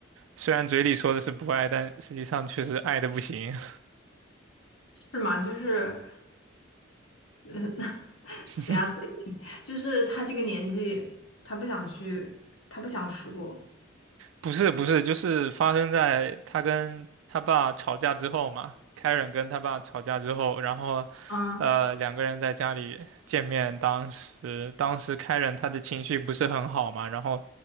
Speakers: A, on the right; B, on the left.
A: 虽然嘴里说的是不爱，但实际上确实爱的不行。
B: 是吗？就是，<laughs> 嗯，
A: <laughs>
B: 死鸭子硬，就是他这个年纪，他不想去，他不想说。
A: 不是不是，就是发生在他跟他爸吵架之后嘛。Karen 跟他爸吵架之后，然后，
B: 嗯
A: 呃，两个人在家里见面。当时当时 Karen 他的情绪不是很好嘛，然后